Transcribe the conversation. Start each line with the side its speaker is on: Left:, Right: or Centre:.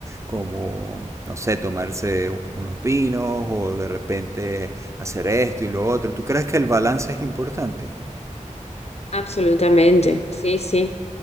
Right: como, no sé, tomarse unos vinos o de repente hacer esto y lo otro. ¿Tú crees que el balance es importante?
Left: absolutamente. Sí, sí.